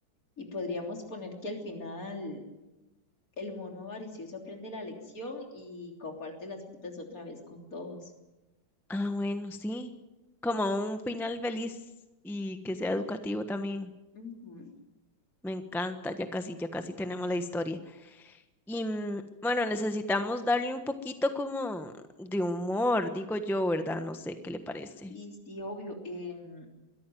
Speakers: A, on the left (about 50°); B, in the centre.
A: Y podríamos poner que al final el mono avaricioso aprende la lección y comparte las frutas otra vez con todos.
B: Ah, bueno, sí. Como un final feliz y que sea educativo también.
A: Ujú.
B: Me encanta, ya casi, ya casi tenemos la historia. Y mm, bueno, necesitamos darle un poquito como de humor, digo yo, ¿verdad? No sé qué le parece.
A: Y sí, obvio, em,